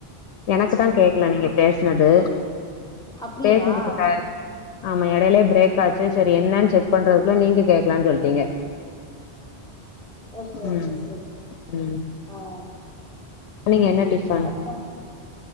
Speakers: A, on the left (about 80°); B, in the centre.
A: எனக்கு
B: சேரி
A: தா கேக்கல
B: ஓகே
A: நீங்க பேசுனது
B: அப்டியா
A: பேசுனது சார் ஆமா எடைலயே பிரரேக் ஆச்சு செரி என்னன் செக் பண்றதுக்குள்ள நீங்க கேட்கலான் சொல்ட்டீங்க
B: ஓகே ஓகே
A: ம்
B: செரி செரி
A: ம்
B: ஆ
A: நீங்க என்ன டிஃபன்
B: அப்றோ